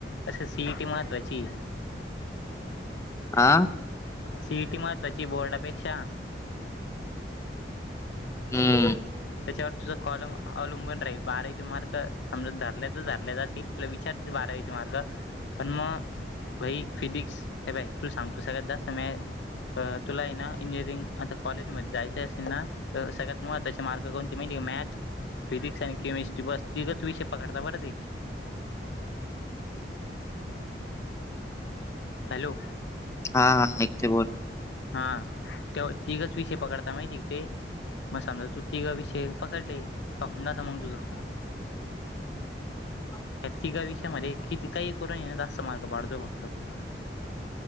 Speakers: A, on the left (about 85°); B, on the left (about 15°).
A: असं सीईटी महत्त्वाची
B: आ
A: सिटी महत्त्वाची बोर्डापेक्षा
B: हम्म
A: त्याच्यावर तुझं कॉलम अवलंबून राहील बाराशे मार्क समजा धरल्या तर धरल्या जातील तुला विचार बारावीचे मार्ग पण मग बाई फिजिक्स हे बाई तु सांगतो सगळत जास्त म तुला आहे ना इंजिनिअरिंग आता कॉलेजमध्ये जायचं असेल ना तर सगळ्यात त्याचे मार्क कोण म्हणे मॅथ फिजिक्स आणि केमिस्ट्री बस तिगच विषय पकडता बरं ते हॅलो
B: हा हा न ते बोल
A: हा ते्हा तिघच विसेे पकडता माहिती ते म समजा तू तिघ विषय पकडले, का हून जात मगं तुझं.
B: <inaudible>
A: या तिघा विषयामध्ये किती काही करून हे ना जास्तं मार्क पाडजो फक्तं.